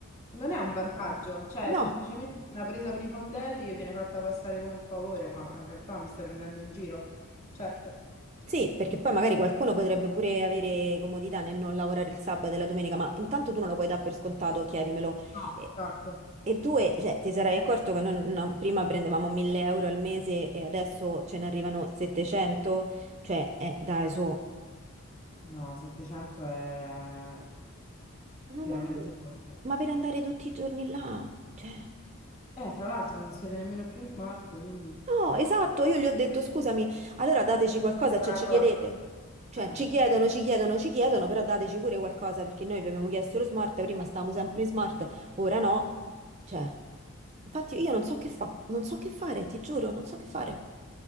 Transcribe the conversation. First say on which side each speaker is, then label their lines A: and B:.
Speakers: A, on the left; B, on the right.
A: non è un vantaggio, cioè,
B: no.
A: è semplicemente una presa per i fondelli che viene fatta passare come un favore, ma in realtà mi stai prendendo in giro. Certo.
B: Sì, perché poi magari qualcuno potrebbe pure avere comodità nel non lavorare il sabato e la domenica, ma intanto tu non lo puoi dare per scontato, chiedimelo.
A: No,
B: E,
A: esatto.
B: e due, cioè, ti sarai accorto che non- no, prima prendevamo 1000 euro al mese e adesso ce ne arrivano 700? Cioè, eh, dai, su.
A: No, 700 è
B: No,
A: veramente
B: no, no,
A: poco.
B: ma per andare tutti i giorni là, cioè...
A: Eh, tra l'altro non siete nemmeno più in smart, quindi...
B: No, esatto, io gli ho detto scusami, allora dateci qualcosa,
A: È
B: cioè
A: una
B: ci
A: cosa.
B: chiedete. Cioè
A: Eh,
B: ci chiedono, ci chiedono, ci chiedono, però dateci pure qualcosa perché noi vi abbiamo chiesto lo smart, prima stavamo sempre in smart, ora no. Cioè, infatti io non so che fa, non so che fare, ti giuro, non so che fare. Non